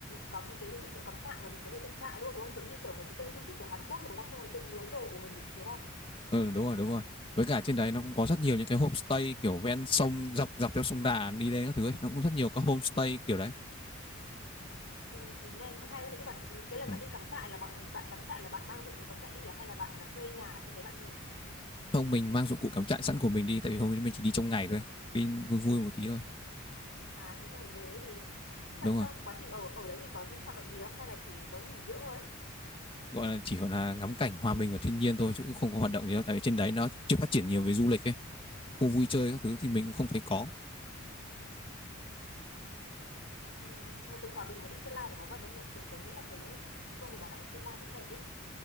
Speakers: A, on the left; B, on the left.
A: có những cái dụng cụ cắm trại và mình có thể dựng trại luôn đúng không giống như kiểu mấy cái kênh YouTube của Hàn Quốc rồi đúng không xong rồi tự nướng đồ của mình đúng đúng không
B: ừ đúng rồi đúng rồi với cả trên đấy nó cũng có rất nhiều những cái homestay kiểu ven sông dọc dọc theo sông Đà đi lên các thứ ấy. nó cũng rất nhiều các homestay kiểu đấy
A: Ừ, nghe cũng hay đấy Thế nhưng mà cái lần
B: Ừ.
A: bạn đi cắm trại là bọn bạn cắm trại là bạn mang dụng cụ cắm trại đi à? hay là bạn là thuê nhà trên đấy bạn nghỉ
B: Không mình mang dụng cụ cắm trại sẵn của mình đi tại vì hôm nay mình chỉ đi trong ngày thôi. Đi vui vui một tí thôi.
A: à thế xong rồi về ấy gì nhưng mà
B: Đúng rồi.
A: trong quá trình ở ở đấy thì có những hoạt động gì không hay là chỉ có nghỉ dưỡng thôi
B: Gọi là chỉ gọi là ngắm cảnh hòa mình vào thiên nhiên thôi chứ cũng không có hoạt động gì đâu tại vì trên đấy nó chưa phát triển nhiều về du lịch ấy. Khu vui chơi các thứ thì mình cũng không thấy có.
A: ừ, mà từ Hòa Bình mà đi Sơn La thì có vận động nhỉ kiểu tớ nghĩ là thấy đúng không người Bảo Đạo Sơn La cũng đẹp ý